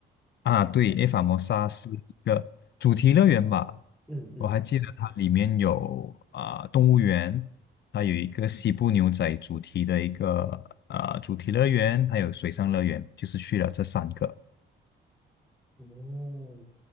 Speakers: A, on the left; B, in the centre.
A: 啊，对，埃法摩沙是一个主题乐园吧？
B: 嗯嗯。
A: 我还记得它里面有啊、动物园，它有一个西部牛仔主题的一个啊、主题乐园，还有水上乐园，就是去了这三个。
B: 哦，